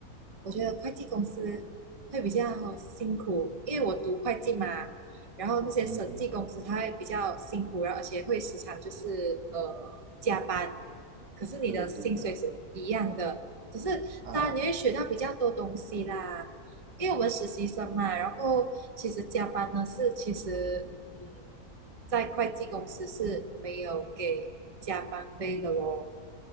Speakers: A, on the right (about 25°); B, on the right (about 80°).
A: 我觉得会计公司会比较辛苦，因为我读会计嘛，然后那些审计公司它会比较辛苦，
B: 嗯哼，
A: 然后而且会时常就是呃加班，可是你的薪水是一样的，
B: 对对对，
A: 只是当然你会学到比较多东西啦，
B: 啊，
A: 因为我们实习生嘛，然后其实加班呢是其实嗯，在会计公司是没有给加班费的咯。